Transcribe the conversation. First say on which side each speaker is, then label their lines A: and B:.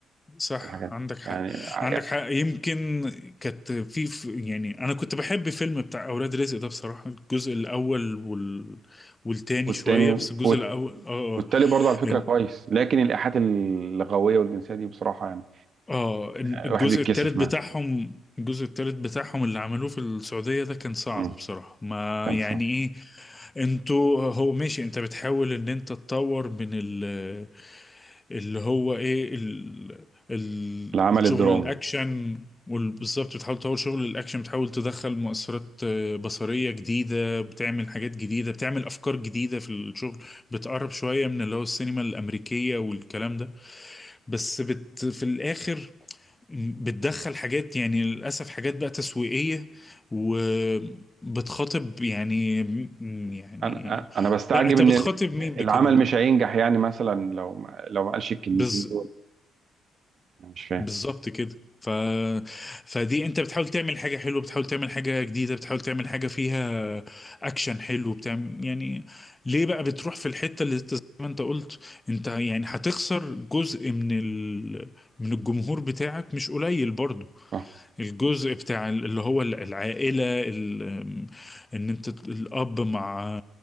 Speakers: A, on the left (about 20°); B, on the right (about 55°).
A: صح
B: على حاجه
A: عندك حق
B: يعني
A: عندك
B: يعني-
A: حق يمكن كانت في في- يعني انا كنت بحب فيلم بتاع اولاد رزق ده بصراحه الجزء الاول وال... والتاني
B: والتاني
A: شويه بس الجزء
B: والت-
A: الاول اه
B: والتالي برضه على فكره
A: آه.
B: كويس لكن الايحاءات اللغويه والجنسيه دي بصراحه يعني
A: اه الجزء
B: آه، الواحد بيتكسف
A: التالت بتاعهم
B: منها
A: الجزء التالت بتاعهم اللي عملوه في السعودية ده كان صعب
B: مم.
A: بصراحة ما
B: كان
A: يعني
B: صعب
A: ايه انتوا هو ماشي انت بتحاول ان انت تطور من ال اللي هو ايه ال ال
B: العمل
A: الشغل
B: الدرامي
A: الاكشن وبالظبط بتحاول تطور شغل الاكشن بتحاول تدخل مؤثرات آه، بصرية جديدة بتعمل حاجات جديدة بتعمل افكار جديدة في الشغل بتقرب شوية من اللي هو السينما الامريكية والكلام ده بس بت في الاخر بتدخل حاجات يعني للأسف حاجات بقى تسويقية وبتخاطب يعني يعني
B: انا انا بستعجب
A: لا انت
B: ان
A: بتخاطب مين بكده
B: العمل مش هينجح يعني مثلا لو ما لو ما قالش الكلمتين
A: بز...
B: دول انا مش فاهم
A: بالظبط كده ف... فدي انت بتحاول تعمل حاجة حلوة بتحاول تعمل حاجة جديدة بتحاول تعمل حاجة فيها اكشن حلو بتعمل يعني ليه بقى بتروح في الحتة اللي انت زي ما انت قلت انت يعني هتخسر جزء من ال... من الجمهور بتاعك مش قليل برضه
B: صح
A: الجزء بتاع ال- اللي هو ال- العائلة ال- أم، ان انت ت- الاب مع